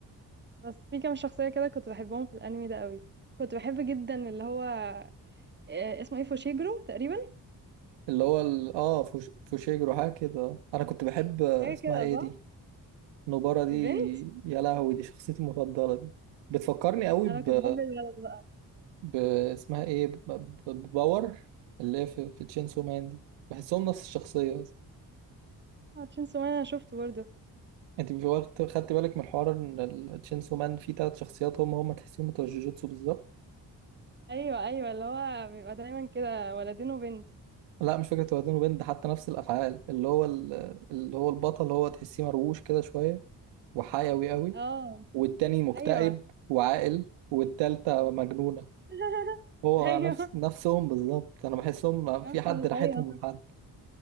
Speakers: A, on the right; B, on the right.
A: بس في كام شخصيه كده كنت بحبهم في الانمي ده قوي كنت بحب جدا اللي هو آه، اسمه ايه فوشيجرو تقريبا
B: اللي هو ال- اه فوش... فوشيجرو حاجة كده انا كنت بحب آه،
A: حاجه
B: اسمها
A: كده
B: ايه
A: صح
B: دي نبارة دي
A: البنت
B: يا لهوي دي شخصيتي المفضلة دي بتفكرني قوي
A: انا
B: ب...
A: كنت بحب الولد بقى
B: ب... اسمها ايه ب... ب... بباور اللي هي في, في تشينسو مان دي بحسهم نفس الشخصية بس
A: اه تشينسو مان انا شفته برضه
B: انت مش واخد خدت بالك من الحوار ان تشينسو مان فيه تلات شخصيات هم هم تحسيهم بتوع جوجوتسو بالظبط
A: ايوه ايوه اللي هو بيبقى دايما كده ولدين وبنت
B: لا مش فكرة واد وبنت ده حتى نفس الأفعال اللي هو ال... اللي هو البطل هو تحسيه مرووش كده شوية وحيوي قوي
A: اه
B: والتاني مكتئب
A: ايوه
B: وعاقل والتالتة مجنونة
A: <laughs>
B: هو
A: ايوه
B: نفس نفسهم بالظبط انا بحسهم
A: نفس
B: في حد
A: ال-
B: راحتهم
A: ايوه
B: من
A: صح
B: حد